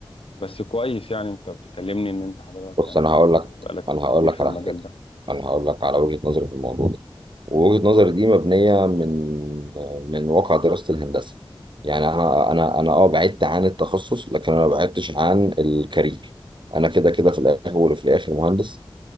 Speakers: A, on the left (about 80°); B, on the right (about 60°).
A: بس كويس يعني أنت بتكلمني إن أنت حضرتك
B: بص
A: يعني
B: انا هقول لك
A: بقالك
B: انا هقول
A: كتير
B: لك
A: في
B: على
A: المجال
B: حاجه
A: ده
B: انا هقول لك على وجهه نظري في الموضوع ده ووجهه نظري دي مبنيه من من واقع دراسه الهندسه يعني انا انا انا اه بعدت عن التخصص لكن انا ما بعدتش عن الكارير انا كده كده في الاول وفي الاخر مهندس